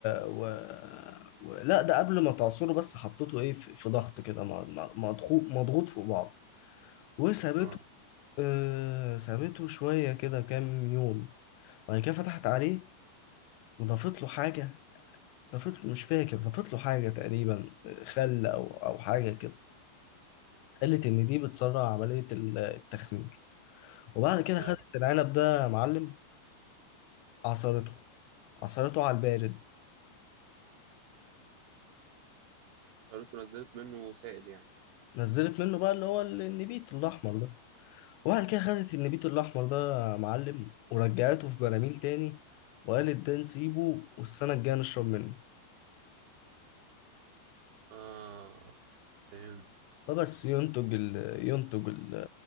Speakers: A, on the left; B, on the right.
A: و... و... لا ده قبل ما تعصره بس حطيته ايه في, في ضغط كده مع- مع- مضغوط مضغوط فوق بعضه وسابته
B: اه
A: آه سابته شوية كده كام يوم بعد كده فتحت عليه وضافت له حاجة ضافت له مش فاكر ضافت له حاجة تقريبا آه، خل أو أو حاجة كده قالت إن دي بتسرع عملية ال- التخمير وبعد كده
B: اه
A: خدت العنب ده يا معلم عصرته عصرته على البارد
B: حصرته نزلت منه سائل يعني
A: نزلت منه بقى اللي هو النبيت الأحمر ده وبعد كده خدت النبيت الأحمر ده يا معلم ورجعته في براميل تاني وقالت ده نسيبه والسنة الجاية نشرب منه
B: اه فهمت
A: فبس ينتج ال... ينتج ال...